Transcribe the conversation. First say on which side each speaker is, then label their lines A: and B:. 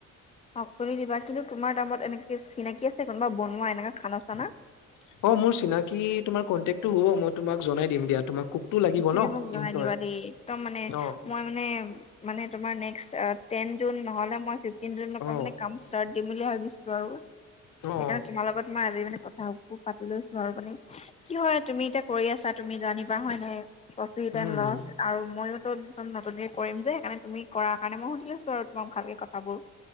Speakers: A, on the left; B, on the left.
A: অহ খুলি দিবা কিন্তু তোমাৰ দামত এনেকে চিনাকি আছে কোনোবা বনোৱা এনেকা খানা চানা
B: অহ মোৰ চিনাকি তোমাৰ কন্টেক ত হ'ব মই তোমাক জনাই দিম দিয়া তোমাক কুকটো লাগিব
A: তুমি
B: ন
A: মোক জনাই
B: এমপ্লয়
A: দিবা দেই একদম
B: অ'
A: মই মানে তোমাৰ নেক্সট তেন জুন নহলে ফিফটিন জুন পৰা
B: অ'
A: কাম দিম বুলি ভাবিছো আৰু
B: অ'
A: সেইকাৰণে তোমা লগত ই আজি মানে কথাবোৰ পাতি লৈছো আৰু মানে কি হয় তুমি এতিয়া কৰি আছা তুমি জানিবা হয় নাই প্ৰফিট
B: উম
A: এণ্ড লচ আৰু মইয়ো তম নতুনকে কৰিম যে সেইকাৰণে তুমি কৰাৰ কাৰণে মই সুধি লৈছো আৰু তোমাক ভালকে কথাবোৰ